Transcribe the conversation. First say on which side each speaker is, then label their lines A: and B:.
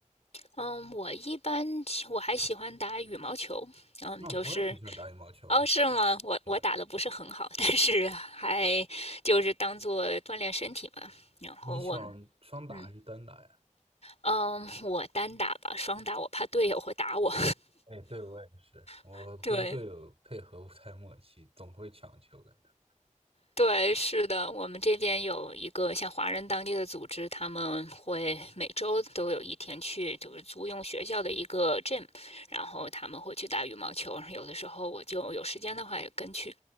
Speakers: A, on the left; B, on the right.
A: 嗯，我一般我还喜欢打羽毛球。嗯，
B: 那、
A: 就是
B: 我也挺喜欢打羽毛球的。
A: 哦，是吗？我我打的不是很好，
B: 对，
A: 但是还就是当做锻炼身体嘛。然后我
B: 你喜欢双打还是单打呀？
A: 嗯嗯，我单打吧，双打我怕队友会打我。
B: 哎，对，我也是，我跟队友配合不太默契，
A: <laughs> 对，
B: 总会抢球跟他。
A: 对，是的，我们这边有一个像华人当地的组织，他们会每周都有一天去，就是租用学校的一个 gym，然后他们会去打羽毛球。有的时候我就有时间的话也跟去，